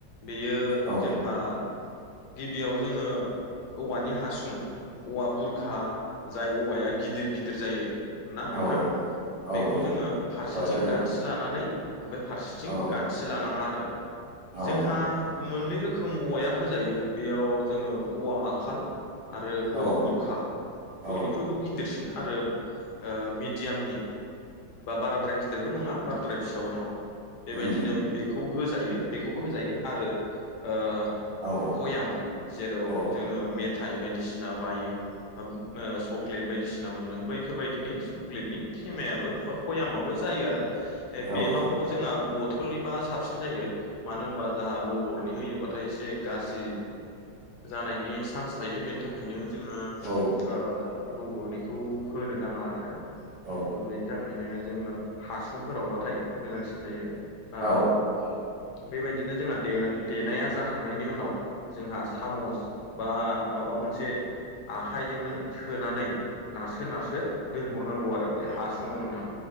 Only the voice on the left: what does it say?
बेयो
जोंहा गिबियाव जोङो औवानि हासुं, औवा बुरखा जाय औवाया गिदिर गिदिर जायो। ना नोंथां
बेखौ जोङो फारसेथिं
गानथि लानानै ओमफ्राय फारसेथिं
गानथि लानाङा आरो
जोंहा मोननै रोखोम औवाया होजायो बेयाव जोङो औवा माखाल आरो औवा
बुरखा बयनिख्रुइबो
गिदिरसिन। आरो मिडियामनि बा बाराद्राय गिदिरबो नङा बाराद्राय फिसाबो नङा। बेबायदिनो
बेखौ होजायो बेखौबो होजायो आरो ओ
पयाम जेराव
जोङो मे थाइ बायदिसिना बाइयो बा सक्लेट बायदिसिना मोनो बैफोरबायदिनि सक्लेटनि थेमायाबो बा पयामाबबो जायो आरो,
बेयाव
जोंहा बथलनिबा साबसिन जायो। मानो होनबा जाहा लबरनि होयोबाथाय एसे गाज्रि जानायनि चान्स थायो बेनि थाखायनो जोङो
ओ लबरनिखौ होनो नाङा आरो।
बेनि थाखायनो जोङो हासुंफोरावबाथाय मोजांसिन जायो ओ
औ बेबायदिनो जोंहा देना देनाया जाखांनायनि उनाव जोंहा सामुस बा माबा मोनसे आखाइजोंनो सोनानै नारसो नारसो दोनहरनांगौ आरो बे हासुङाव नोंथां